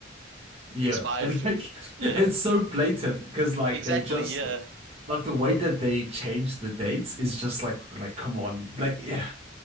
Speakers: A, on the right (about 30°); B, on the right (about 60°).
A: yeah.
B: expired
A: <laughs> And
B: food.
A: like
B: Yeah,
A: it's so blatant because like
B: exactly.
A: they just
B: Yeah.
A: like the way that they change the dates is just like like come on. Like yeah.